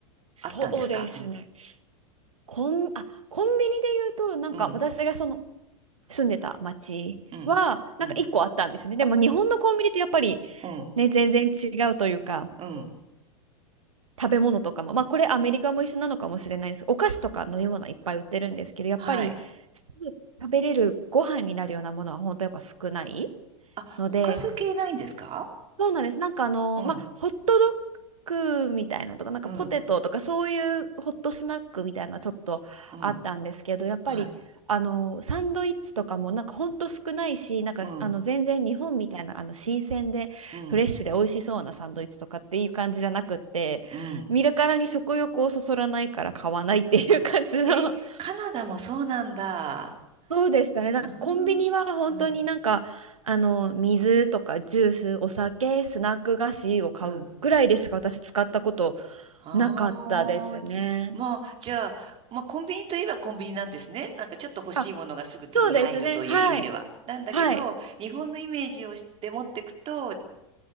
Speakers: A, on the right; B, on the right.
A: そうですね。
B: あったんですかうん。
A: コン、あ、コンビニで言うと、なんか私がその
B: うん。
A: 住んでた町は、
B: うん。
A: なんか一個あったんですよね。
B: うん。うん
A: でも日本のコンビニとやっぱり
B: あ、うん。
A: ね、全然違うというか、
B: うん。
A: 食べ物とかも、まあこれアメリカも一緒なのかもしれないです。お菓子とか飲み物はいっぱい売ってるんですけど、やっぱりすぐ食べれるご飯になるようなものは本当やっぱ少ない
B: はい。あ、
A: ので、
B: おかず系ないんですか
A: そうなんです。なんかあの、
B: うん、
A: まあ、ホットドッグみたいなとか、なんかポテトとか、
B: うん、
A: そういうホットスナックみたいなちょっとあったんですけど、
B: うん、
A: やっぱり、
B: はい。
A: あの、サンドイッチとかも、なんかほんと少ないし、なんか、
B: うん、
A: あの、全然日本みたいな、あの、新鮮で、
B: うん、
A: フレッシュで美味しそうなサンドイッチとかっていう感じじゃなくって、
B: うん。
A: 見るからに食欲をそそらないから買わないっていう感じの
B: あ、え、
A: <laughs>
B: カナダもそうなんだ。あ
A: そうでしたね。だからコンビニは本当になんか、
B: ーうん、
A: あの、水とかジュース、お酒、スナック菓子を買うぐらいでしか私使ったこと
B: うん。ああ、
A: なかったですね。
B: じまあ、じゃあ、まあ、コンビニといえばコンビニなんですね。なんかちょっと欲しいものがすぐ手に入るという意味では。
A: あ、そうですね。はい。
B: なんだけど、
A: はい。
B: 日本のイメージをして持っていくと違う、